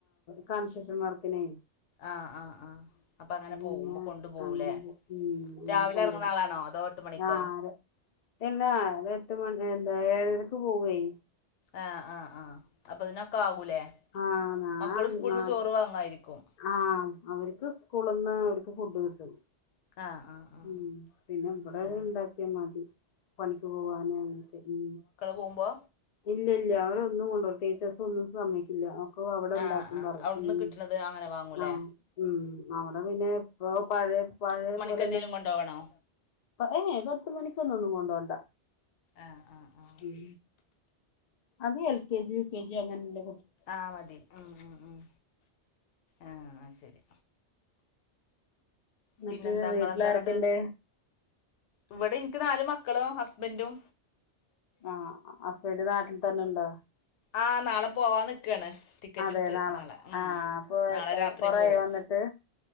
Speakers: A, on the left (about 65°); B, on the left (about 80°).
A: കൺശെഷൻ വർക്കിനെ
B: ആഹ് ആഹ് ആഹ് അപ്പൊ അങ്ങനെ പോവുമ്പൊ
A: പിന്നെ
B: കൊണ്ടു പോവൂലെ
A: അങ്ങനെ പോ ഉം
B: രാവിലെ
A: കൊണ്ടോവും
B: എറങ്ങ്ണളാണൊ അതോ എട്ട് മണിക്കോ
A: ആഹ് തെ ഇല്ലാ ഒര് എട്ട് മണി എന്ത ഏഴരക്ക് പോവെ
B: ആഹ് ആഹ് ആഹ് അപ്പതിനൊക്കാകൂലേ
A: ആഹ് നാ
B: മക്കള് സ്കൂൾന്ന്
A: നാ
B: ചോറ് വാങ്ങായിരിക്കും
A: ആഹ് അവര്ക്ക് സ്കൂള്ന്ന് അവര്ക്ക് ഫുഡ് കിട്ടും
B: ആഹ് ആഹ് ആഹ്
A: ഉം പിന്ന ഇവടാ
B: ആഹ്
A: ഇണ്ടാക്ക്യ മതി പണിക്ക് പോവാനും ഒകെ ഉം
B: പോവുമ്പോ
A: ഇല്ലല്ല അവരൊന്നും കൊണ്ടൊ ടീച്ചേഴ്സൊന്നും സമയ്ക്കില്ല ക്ക അവടെ
B: ആഹ്
A: ഇണ്ടാക്കും
B: ആഹ്
A: പറിം
B: അവിടുന്ന്
A: ഉം
B: കിട്ടണത് അങ്ങനെ വാങ്ങൂലേ
A: ആഹ് ഉം അവടെ പിന്നെ ഇപ്പൊ പഴയെ പഴേ പോലെ
B: ക്കെന്തേലും കൊണ്ടോവണൊ
A: ഏയ് പത്ത് മണിക്കൊന്നൊന്നും കൊണ്ടോണ്ട
B: ആഹ് ആഹ് ആഹ്
A: ഉം അത് L K G U K G അങ്ങന്ല്ല
B: ആഹ് മതി ഉം ഉം ഉം ആഹ് ശരി
A: എന്നിട്ട്
B: പിന്നെന്താ ഇങ്ങളെന്താ
A: വീട്ടിലാരൊക്കെണ്ട്
B: ങ്ങ്ട്ട് ഇവടെ ഇൻക്ക് നല് മക്കളും ഹസ്ബന്റും
A: ആഹ് ഹസ്ബന്റ് നാട്ടിൽ തന്നണ്ടൊ
B: ആഹ് നാളെ പോവാ ന്ന്ക്കാണ് ടിക്കറ്റ്ട്ത്ത്
A: അതെ
B: നാളെ ഉം
A: ആഹ്
B: ഉം
A: അപ്പൊ
B: നാളെ രാത്രി
A: കൊറെയായോ
B: പോവും
A: വന്നിട്ട്